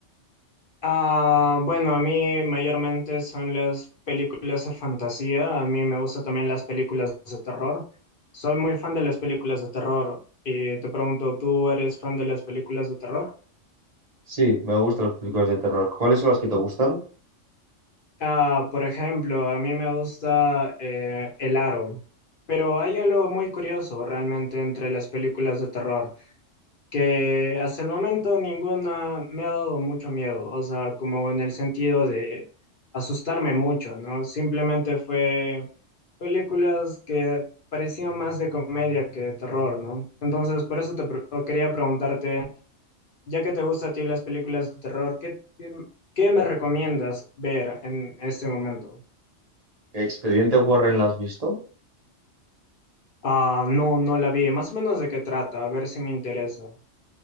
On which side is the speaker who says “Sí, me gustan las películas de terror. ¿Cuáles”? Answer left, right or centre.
Right